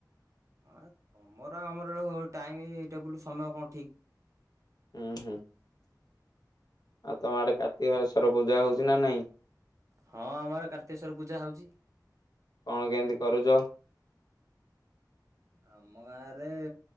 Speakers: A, on the right (about 45°); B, on the left (about 65°).
A: ଆ ତମର ଆମର ଟାଇମ ଟେବୁଲ ସମୟ କଣ ଠିକ
B: ହୁଁ ହୁଁ ଆଉ ତମ ଆଡେ କାର୍ତ୍ତିକେଶଵର ପୂଜା ହଉଛି ନା ନାଇଁ
A: ହଁ ଆମର କାର୍ତ୍ତିେଶ୍ଵର ପୂଜା ହଉଛି।
B: କଣ କେମିତି କରୁଛ
A: ଆମ ଗାଁରେ